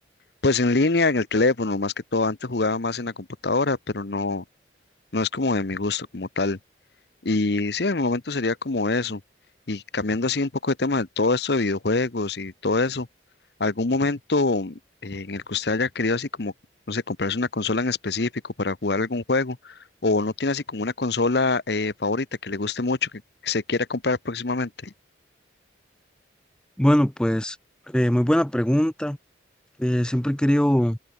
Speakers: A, on the left; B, in the centre.
A: pues en línea, en el teléfono, más que todo. Antes jugaba más en la computadora, pero no, no es como de mi gusto como tal. Y sí, en el momento sería como eso. Y cambiando así un poco de tema de todo esto de videojuegos y todo eso, ¿algún momento eh, en el que usted haya querido así como, no sé, comprarse una consola en específico para jugar algún juego? ¿O no tiene así como una consola eh, favorita que le guste mucho, que se quiera comprar próximamente?
B: Bueno, pues eh, muy buena pregunta. Eh, siempre he querido